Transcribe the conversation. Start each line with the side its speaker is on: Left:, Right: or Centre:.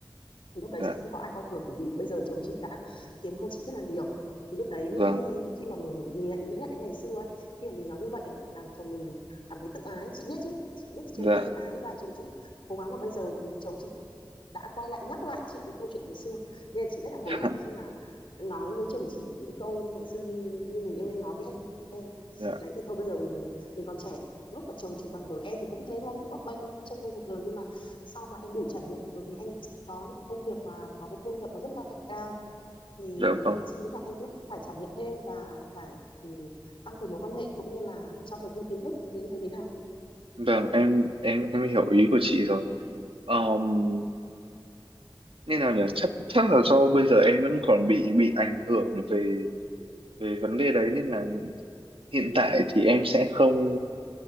Left: thì lúc đấy
Right: dạ
Left: chị không có ai coi thường bởi vì bây giờ chồng chị đã kiếm hơn chị rất là nhiều thì lúc đấy
Right: vâng
Left: khi mà mình mình lại nghĩ lại cái ngày xưa ấy khi mà mình nói như vậy ấy, làm chồng mình cảm thấy tự ái chị biết chứ chị biết chồng
Right: dạ
Left: thì tự ái và chồng chị cố gắng mà bây giờ thì chồng chị đã quay lại nhắc lại chị những câu chuyện ngày xưa nên là chị rất là hối
Right: <laughs>
Left: hận khi mà nói với chồng chị những câu ngày xưa như như người yêu em nói với em em ấy.
Right: dạ
Left: đấy thì thôi bây giờ mình mình còn trẻ lúc mà chồng chị bằng tuổi em thì cũng thế thôi cũng bấp bênh cũng tranh bênh cuộc đời nhưng mà sau mà em đủ trải nghiệm rồi thì em sẽ có những công việc và có cái thu nhập nó rất là cao thì
Right: dạ vâng
Left: em chị nghĩ là em cứ phải trải nghiệm thêm và phải ừ, tăng cường mối quan hệ cũng như là trau dồi thêm kiến thức thì em thấy thế nào
Right: vâng em em em hiểu ý của chị rồi um, như nào nhỉ chắc chắc là do bây giờ em vẫn còn bị bị ảnh hưởng về về vấn đề đấy nên là hiện tại thì em sẽ không